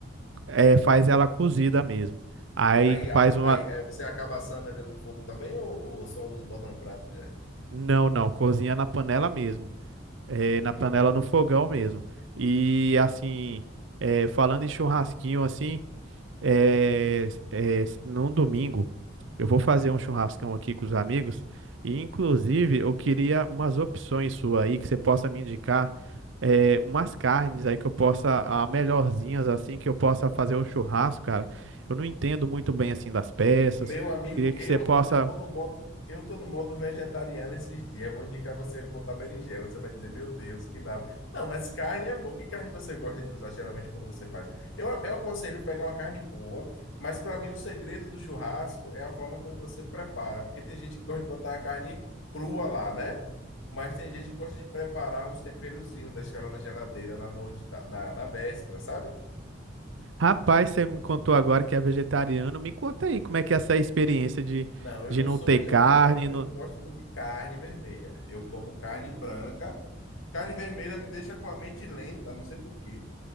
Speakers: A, on the right; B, on the left.
A: é, faz ela cozida mesmo. Aí
B: Aí, a-
A: faz uma.
B: aí, aí você acaba assando ali no fogo também ou, ou só usa, bota no prato direto?
A: Não, não, cozinha na panela mesmo. É, na
B: hum
A: panela no fogão mesmo. E assim, é, falando em churrasquinho assim. É, é, num domingo, eu vou fazer um churrascão aqui com os amigos e, inclusive, eu queria umas opções sua aí que você possa me indicar, é, umas carnes aí que eu possa, a melhorzinhas assim que eu possa fazer o churrasco, cara. Eu não entendo muito bem assim das peças.
B: Meu amigo,
A: Queria que
B: eu
A: você possa.
B: tô no modo, eu tô no modo vegetariano esses dias. Eu vou indicar você botar berinjela. Você vai dizer, meu Deus, que nada. Não, mas carne é boa. Que carne você gosta de usar geralmente quando você faz? Eu, eu aconselho pegar uma carne boa, mas para mim o segredo do churrasco é a forma como você prepara, porque tem gente que gosta de botar a carne crua lá, né? Mas tem gente que gosta de preparar uns temperozinhos, deixar ela na geladeira na noite, na, na, na véspera, sabe?
A: Rapaz, você me contou agora que é vegetariano. Me conta aí como é que é essa experiência de,
B: Não, eu
A: de
B: não
A: não
B: sou
A: ter
B: vegetariano.
A: carne. não-
B: Eu não gosto muito de carne vermelha. Eu como carne branca. Carne vermelha me deixa com a mente lenta, não sei por quê.